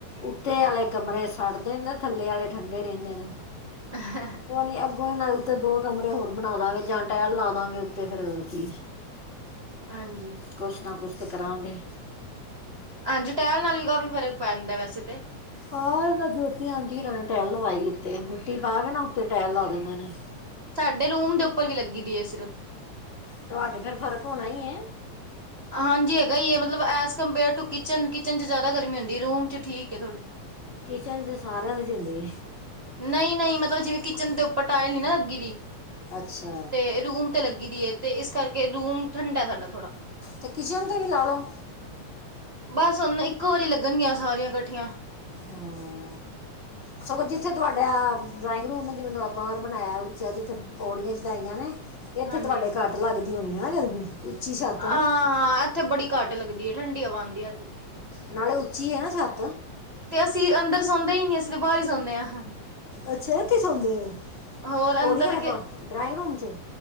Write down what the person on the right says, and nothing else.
ਹਾਂ।
ਹਾਂਜੀ।
ਹਾਂਜੀ, ਟਹਿਲ ਨਾਲ ਵੀ ਕਾਫ਼ੀ ਫਰਕ ਪੈ ਜਾਂਦਾ ਵੈਸੇ ਤੇ।
ਸਾਡੇ ਰੂਮ, ਦੇ ਉੱਪਰ ਵੀ ਲੱਗੀ ਦੀ ਹੈ ਸਿਰਫ।
ਹਾਂਜੀ ਹੈਗਾ ਹੈ ਮਤਲਬ, as compare to kitchen, kitchen 'ਚ ਜ਼ਿਆਦਾ ਗਰਮੀ ਹੁੰਦੀ, ਰੂਮ 'ਚ ਠੀਕ ਹੈ ਥੋੜ੍ਹੀ।
ਨਹੀਂ ਨਹੀਂ ਮਤਲਬ, ਜਿਵੇਂ ਕਿਚਨ ਦੇ ਉੱਪਰ ਟਾਇਲ ਨਾ ਲੱਗੀ ਰਹੀ
ਤੇ ਰੂਮ ਤੇ ਲੱਗੀ ਦੀ ਹੈ ਤੇ ਇਸ ਕਰਕੇ, ਰੂਮ ਠੰਡਾ ਸਾਡਾ ਥੋੜਾ
ਬਸ ਹੁਣ, ਇੱਕੋ ਵਾਰੀ ਲੱਗਣਗੀਆਂ ਸਾਰੀਆਂ ਕੱਠੀਆਂ
ਹਾਂਜੀ
ਆਂ
ਹਾਂ ਇੱਥੇ ਬੜੀ ਘੱਟ ਲੱਗਦੀ ਹੈ, ਠੰਡੀ ਹਵਾ ਆਂਦੀ ਹੈ ਇੱਥੇ
ਤੇ ਅਸੀਂ ਅੰਦਰ ਸੌਂਦੇ ਹੀ ਨੀ, ਅਸੀਂ ਤੇ ਬਾਹਰ ਹੀ ਸੌਂਦੇ ਹਾਂ।
ਹੋਰ
ਅੰਦਰ